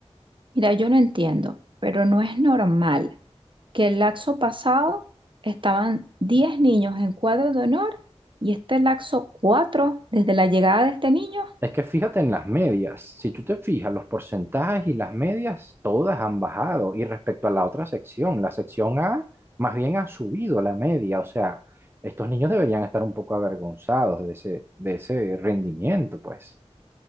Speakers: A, on the right (about 50°); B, on the right (about 20°).
A: Mira, yo no entiendo, pero no es normal que el laxo pasado estaban 10 niños en cuadro de honor y este laxo 4 desde la llegada de este niño.
B: Es que fíjate en las medias, si tú te fijas, los porcentajes y las medias, todas han bajado. Y respecto a la otra sección, la sección A más bien ha subido la media. O sea, estos niños deberían estar un poco avergonzados de ese, de ese rendimiento, pues.